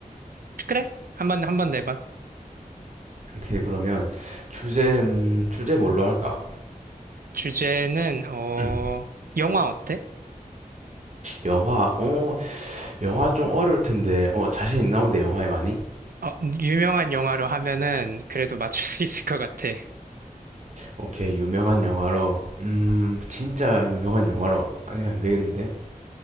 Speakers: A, on the right; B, on the right.
A: 그래? 한번, 한번 내봐.
B: 오케이, 그러면 주제 음, 주제 뭘로 할까?
A: 주제는, 어,
B: 음,
A: 영화 어때?
B: 영화. 어, 영화 좀 어려울 텐데. 어, 자신 있나 본데 영화에 많이?
A: 어, 유명한 영화로 하면은 그래도 맞출 수 있을 것 같아.
B: 오케이, 유명한 영화로. 음, 진짜 유명한 영화로 아니면 안 되겠는데?